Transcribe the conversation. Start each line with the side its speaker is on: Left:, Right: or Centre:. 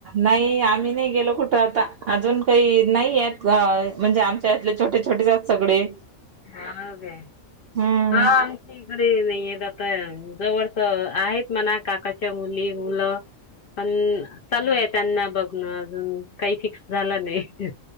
Right: नाही आम्ही नाही गेलो कुठं आता. अजून काही नाही आहेत, म्हणजे आम त्यातले छोटे छोटेच आहेत सगळे.
Left: हाऊ काय?
Right: हा
Left: हो. इकडे नाहीयेत आता. जवळच आहेत म्हणा काकाच्या मुली मुलं, पण चालूये त्यांना बघण अजून, काही फिक्स झालं नाही.